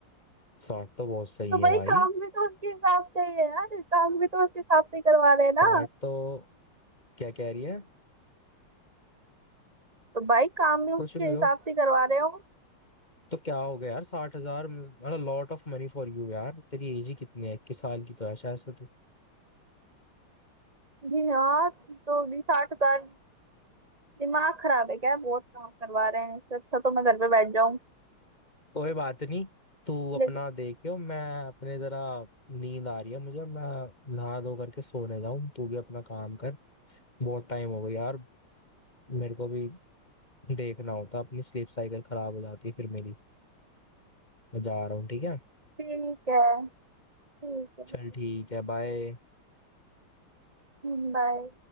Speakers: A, on the left (about 20°); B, on the right (about 25°).
A: साठ तो बहुत सही
B: तो
A: है
B: भाई
A: भाई
B: काम भी तो उसके हिसाब से ही है यार काम भी तो उसके हिसाब से ही करवा रहे हैं ना
A: साठ तो क्या कह रही है
B: तो भाई काम भी उसके
A: कुछ भी
B: हिसाब
A: हो
B: से करवा रहे हो
A: तो क्या हो गया यार साठ हजार मतलब lot of money for you यार तेरी एज ही कितनी है इक्कीस साल की तो है शायद से तू
B: जी हाँ तो भी साठ हजार दिमाग खराब है क्या बहुत काम करवा रहे हैं इससे अच्छा तो मैं घर पे बैठ जाऊं
A: कोई बात नहीं तू अपना
B: लेकिन
A: देखियो मैं अपने जरा नींद आ रही है मुझे मैं नहा धो करके सोने जाऊं तू भी अपना काम कर बहुत टाइम हो गया यार मेरे को भी देखना होता अपनी स्लीप साइकिल खराब हो जाती है फिर मेरी मैं जा रहा हूँ ठीक है
B: ठीक है ठीक है
A: चल ठीक है बाय
B: बाय